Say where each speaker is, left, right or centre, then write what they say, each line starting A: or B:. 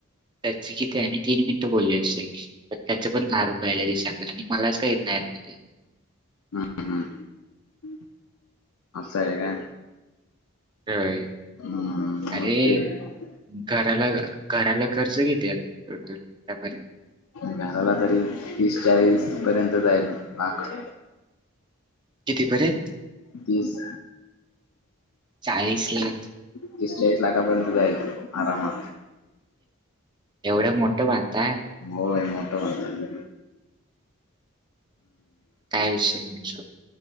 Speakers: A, on the right (about 20°); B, on the left (about 85°).
A: त्याची कि- त्यानी तीन मिनिटं बोलले असही. पण त्याच पण दहा रुपये आलेले. आणि मलाच का येत नाहीत अजून ते.
B: हं. हं. असंय का?
A: <unintelligible>
B: हम्.
A: अरे
B: मग ते-
A: घराला, घराला कर्ज कितीे आहे? टोटल आत्तापर्यंत?
B: घराला तरी तीस चाळीस पर्यंत जाईल. लाख-
A: कितीतरीे?
B: तीस.
A: चाळीस लाख.
B: तीस चाळीस लाखापर्यंत जाईल आरामात.
A: एवढं मोठं बांधताय?
B: होय. मोठं बांधतोय.
A: काय विषय नाही सोड.